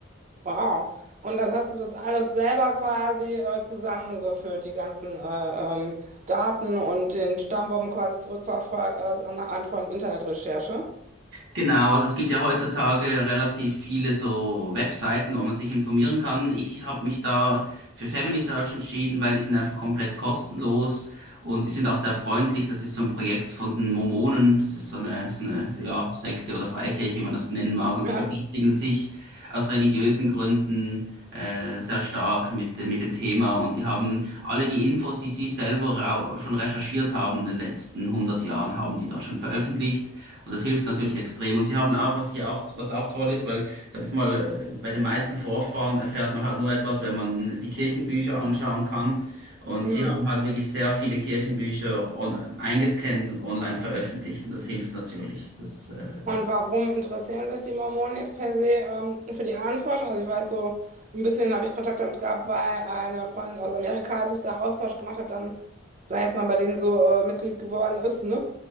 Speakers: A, on the right; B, on the right.
A: Wow. Und das hast du das alles selber quasi äh, zusammengeführt, die ganzen äh, ähm, Daten und den Stammbaum quasi zurückverfolgt, alles anhand von Internetrecherche?
B: Genau, also es gibt ja heutzutage relativ viele so Webseiten, wo man sich informieren kann. Ich habe mich da für Family Search entschieden, weil die sind einfach komplett kostenlos und die sind auch sehr freundlich. Das ist so ein Projekt von den Mormonen. Das ist so eine, so eine ja, Sekte oder Freikirche, wie man das nennen mag. Und
A: Ja.
B: die beschäftigen sich aus religiösen Gründen äh, sehr stark mit, äh, mit dem Thema. Und die haben alle die Infos, die sie selber rau- schon recherchiert haben in den letzten 100 Jahren, haben die dort schon veröffentlicht. Und das hilft natürlich extrem. Und sie haben auch, was hier auch, was auch toll ist, weil, ich sag jetzt mal, äh, bei den meisten Vorfahren erfährt man halt nur etwas, wenn man die Kirchenbücher anschauen kann. Und
A: Mhm.
B: sie haben halt wirklich sehr viele Kirchenbücher on, äh, eingescannt und online veröffentlicht. Und das hilft natürlich. Das, äh,
A: Und warum interessieren sich die Mormonen jetzt per se ähm, für die Ahnenforschung? Also ich weiß so, ein bisschen habe ich Kontakt damit gehabt, weil eine Freundin aus Amerika, als ich da Austausch gemacht habe, dann, sei jetzt mal, bei denen so äh, Mitglied geworden ist, ne?